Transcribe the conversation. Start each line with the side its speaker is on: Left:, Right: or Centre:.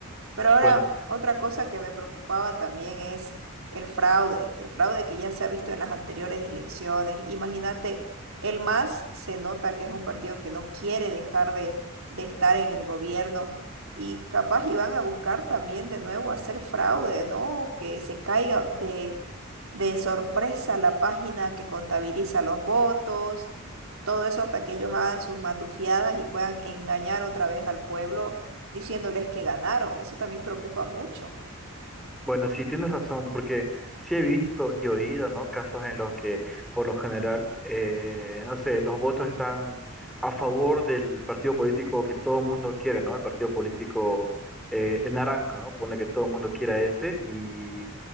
Right: Pero ahora,
Centre: Bueno,
Right: otra cosa que me preocupaba también es el fraude, el fraude que ya se ha visto en las anteriores elecciones. Imagínate, el MAS se nota que es un partido que no quiere dejar de, de estar en el gobierno y capaz iban a buscar también de nuevo hacer fraude, ¿no? Que se caiga de de sorpresa la página que contabiliza los votos, todo eso hasta que ellos hagan sus matufiadas y puedan engañar otra vez al pueblo diciéndoles que ganaron. Eso también preocupa mucho.
Centre: Bueno, sí tienes razón, porque sí he visto y oído, ¿no? Casos en los que, por lo general, eh, no sé, los votos están a favor del partido político que todo el mundo quiere, ¿no? El partido político, eh, el naranja, ¿no? Pone que todo el mundo quiera ese y